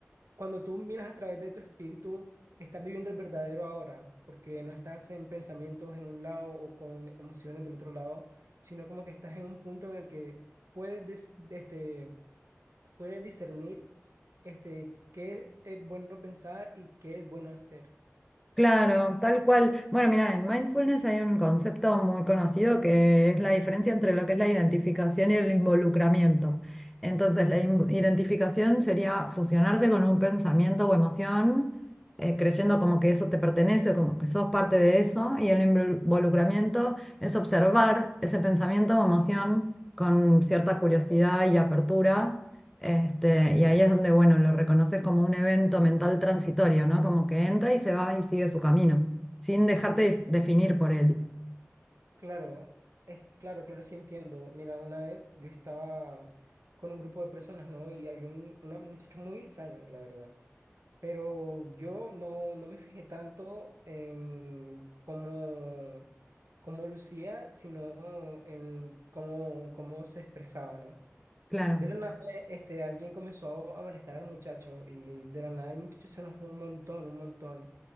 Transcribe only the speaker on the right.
cuando tú miras a través de tu espíritu, estás viviendo el verdadero ahora, porque no estás en pensamientos en un lado o con emociones del otro lado, sino como que estás en un punto en el que puedes, dis- este, puedes discernir este, qué es bueno pensar y qué es bueno hacer.
Claro, es, claro, claro, sí entiendo. Mira, una vez yo estaba con un grupo de personas, ¿no? Y había un, una- un muchacho muy extraño, la verdad Pero yo no, no me fijé tanto en cómo, cómo lucía, sino en cómo, cómo se expresaba, ¿no?
De la nada, este, alguien comenzó a molestar al muchacho y de la nada el muchacho se enojó un montón, un montón.